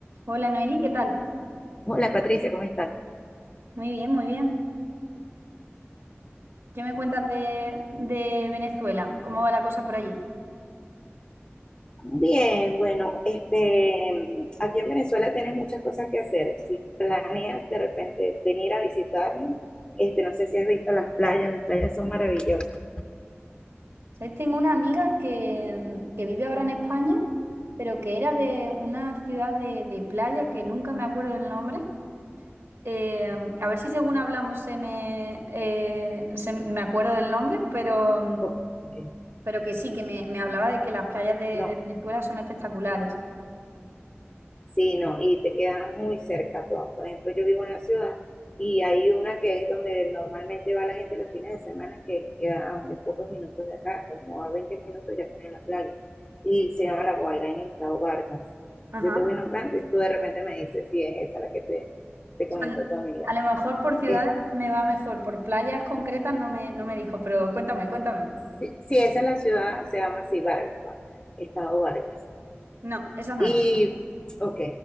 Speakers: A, on the right; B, on the left.
A: Hola Noeli, ¿qué tal?
B: Hola Patricia, ¿cómo estás?
A: Muy bien, muy bien. ¿Qué me cuentas de, de Venezuela? ¿Cómo va la cosa por allí?
B: Bien, bueno, este, aquí en Venezuela tienes muchas cosas que hacer. Si planeas de repente venir a visitarnos, este, no sé si has visto las playas, las playas son maravillosas.
A: ¿Sabes? Tengo una amiga que, mm, que vive ahora en España, pero que era de una ciudad de, de playa que nunca me acuerdo del nombre. Eh, a ver si según hablamos se me, eh, se me acuerdo del nombre, pero,
B: Ok, ok.
A: pero que sí, que me, me hablaba de que las playas de,
B: No,
A: de Venezuela son espectaculares.
B: Sí, no, y te quedan muy cerca todas. Por ejemplo, yo vivo en la ciudad y hay una que es donde normalmente va la gente los fines de semana, que queda a muy pocos minutos de acá, como a 20 minutos ya estás en la playa. Y se llama La Guaira en el estado Vargas.
A: Ajá.
B: Yo te voy nombrando y tú de repente me dices si es esa la que te, te
A: sea,
B: comentó tu amiga.
A: a lo mejor por ciudades
B: Es,
A: me va mejor, por playas concretas no me, no me dijo, pero cuéntame, cuéntame.
B: sí, sí, esa es la ciudad, se llama así, Vargas, Va- estado Vargas.
A: No, esa no
B: Y,
A: es.
B: ok,